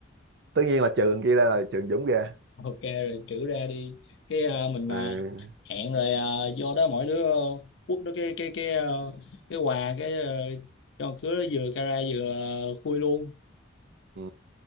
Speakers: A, on the right; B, on the left.
A: tất nhiên là trừ thằng kia ra là trừ Dũng ra
B: ok rồi trữ ra đi cái à, mình
A: ừ.
B: à, hẹn rồi à, do đó mỗi đứa uh, quất đó cái cái cái à, cái quà cái à, cho một thứ nó vừa cara vừa à, khui luôn
A: Ừ.